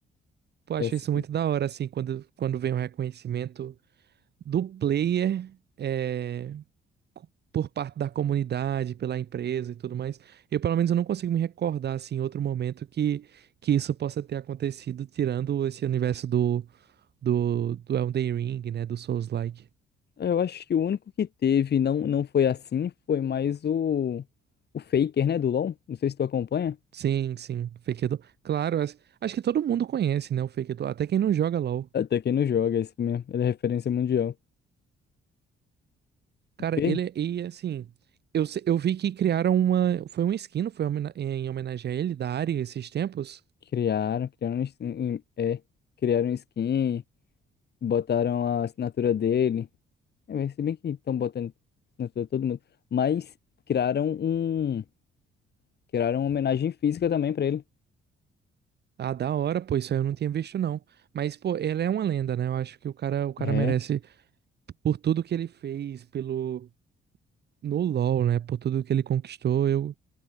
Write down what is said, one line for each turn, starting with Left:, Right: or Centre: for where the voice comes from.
Right: Pô, acho
Left: Essa-
Right: isso muito da hora, assim, quando, quando vem o reconhecimento do player é, co- por parte da comunidade, pela empresa e tudo mais. Eu, pelo menos, eu não consigo me recordar, assim, em outro momento que, que isso possa ter acontecido, tirando esse universo do, do, do Elden Ring, né, do Souls-like.
Left: eu acho que o único que teve, não, não foi assim, foi mais o, o Faker, né, do LoL. Não sei se tu acompanha.
Right: Sim, sim, Fake Edo. Claro, acho acho que todo mundo conhece, né, o Fake Edo, até quem não joga LoL.
Left: Até quem não joga, é isso mesmo. Ele é referência mundial.
Right: Cara,
Left: Porque
Right: ele e assim, eu, se- eu vi que criaram uma, foi uma skin, não foi homena- em homenagem a ele da Ari esses tempos.
Left: criaram, criaram, um skin- é, criaram um skin, botaram a assinatura dele. É, mas se bem que estão botando assinatura de todo mundo. Mas criaram um, criaram uma homenagem física também pra ele.
Right: Ah, da hora, pô, isso aí eu não tinha visto não. Mas pô, ele é uma lenda, né? Eu acho que o cara, o cara
Left: É,
Right: merece por tudo que ele fez pelo no LoL, né? Por tudo que ele conquistou, eu